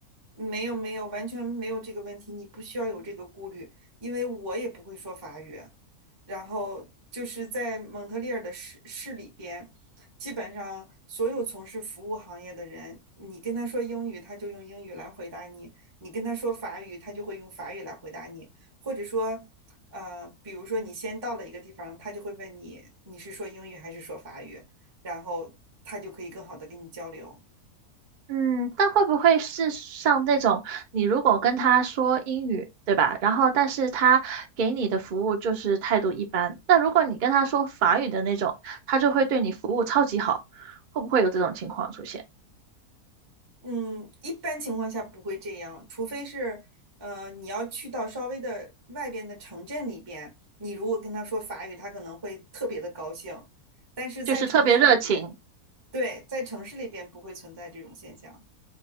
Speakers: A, on the right; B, on the right.
A: 没有没有，完全没有这个问题，你不需要有这个顾虑，因为我也不会说法语。然后就是在蒙特利尔的市市里边，基本上所有从事服务行业的人，你跟他说英语，他就用英语来回答你；你跟他说法语，他就会用法语来回答你。或者说，呃，比如说你先到了一个地方，他就会问你你是说英语还是说法语，然后他就可以更好的跟你交流。
B: 嗯，但会不会是像那种你如果跟他说英语，对吧？然后但是他给你的服务就是态度一般，但如果你跟他说法语的那种，他就会对你服务超级好，会不会有这种情况出现？
A: 嗯，一般情况下不会这样，除非是，呃，你要去到稍微的外边的城镇里边，你如果跟他说法语，他可能会特别的高兴。但是在城市里边，
B: 就是特别热情。
A: 对，在城市里边不会存在这种现象。